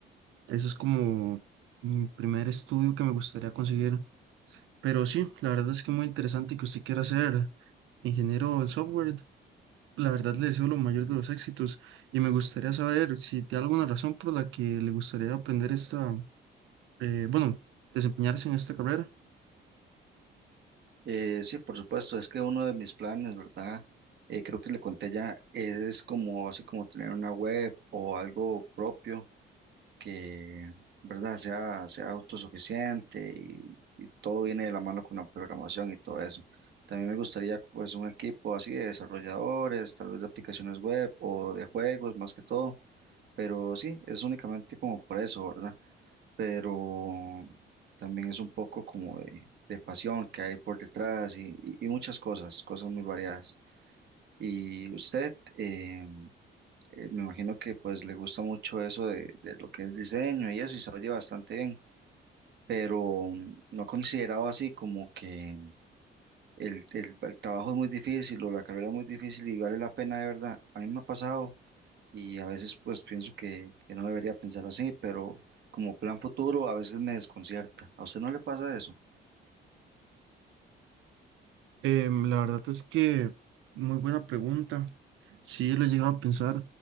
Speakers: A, on the right (about 80°); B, on the right (about 60°).
A: Eso es como mi primer estudio que me gustaría conseguir. Pero sí, la verdad es que muy interesante que usted quiera ser ingeniero en software. La verdad le deseo lo mayor de los éxitos y me gustaría saber si tiene alguna razón por la que le gustaría aprender esta, eh, bueno, desempeñarse en esta carrera.
B: Eh, sí, por supuesto, es que uno de mis planes, ¿verdad? Eh, creo que le conté ya, es como así como tener una web o algo propio que, ¿verdad? Sea, sea autosuficiente y, y todo viene de la mano con la programación y todo eso. También me gustaría pues un equipo así de desarrolladores, tal vez de aplicaciones web o de juegos más que todo, pero sí, es únicamente como por eso, ¿verdad? pero también es un poco como de, de pasión que hay por detrás y, y- y muchas cosas, cosas muy variadas. Y usted, eh, eh, me imagino que pues le gusta mucho eso de, de lo que es diseño y eso, y se oye bastante bien, pero mm, no ha considerado así como que el, el- el trabajo es muy difícil o la carrera es muy difícil y vale la pena de verdad. A mí me ha pasado y a veces pues pienso que, que no debería pensar así, pero como plan futuro a veces me desconcierta. ¿A usted no le pasa eso?
A: Em, la verdad es que muy buena pregunta. Sí, lo he llegado a pensar,